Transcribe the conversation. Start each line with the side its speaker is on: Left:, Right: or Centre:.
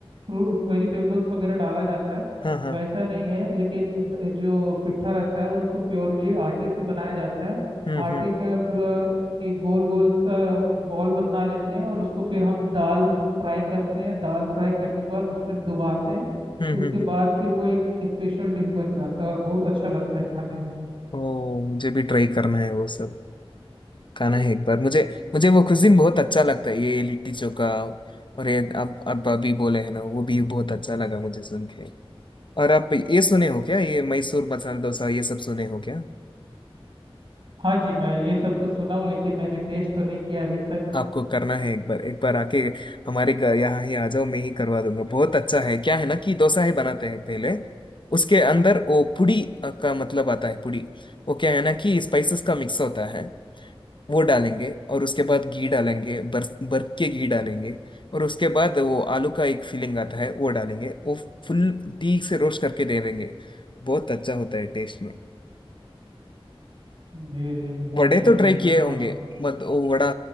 Right: वेजिटेबल्स वगैरह डाला जाता है
Left: हाँ हाँ
Right: वैसा नहीं है लेकिन द- जो पिट्ठा रहता है उसको प्योरली आटे से बनाया जाता है
Left: हम्म
Right: आटे
Left: हम्म
Right: का पूरा एक गोल गोल सा बॉल बना लेते हैं और उसको फिर हम दाल फ्राई करते हैं दाल फ्राई करने के बाद उसमें डुबाते हैं
Left: हम्म
Right: उसके
Left: हम्म
Right: बाद फिर वो एक स्पेशल डिश बन जाता है और बहुत अच्छा लगता है खाने में
Left: ओ मुझे भी ट्राई करना है वो सब खाना है एक बार मुझे मुझे वो कुजिन बहुत अच्छा लगता है ये लिट्टी चोखा और ये आप आप अभी बोले हैं ना वो भी बहुत अच्छा लगा मुझे सुन के और आप ये सुने हो क्या ये मैसूर मसाला डोसा ये सब सुने हो क्या
Right: हाँ जी मैं ये सब तो सुना हूँ लेकिन मैंने टेस्ट तो नहीं किया अभी तक
Left: आपको करना है एक बार एक बार आके हमारे घर यहाँ ही आ जाओ मैं ही करवा दूंगा बहुत अच्छा है क्या है ना कि डोसा ही बनाते हैं पहले उसके अंदर वो पुड़ी अ, का मतलब आता है पुड़ी वो क्या है ना कि स्पाइसेस का मिक्स होता है वो डालेंगे और उसके बाद घी डालेंगे बर बर्फ के घी डालेंगे और उसके बाद वो आलू का एक फीलिंग आता है वो डालेंगे वो फुल ठीक से रोस्ट करके दे देंगे बहुत अच्छा होता है टेस्ट में
Right: जी जी बिल्कुल
Left: वड़े
Right: सही
Left: तो ट्राई
Right: बात
Left: किए
Right: है और
Left: होंगे मत ओ वड़ा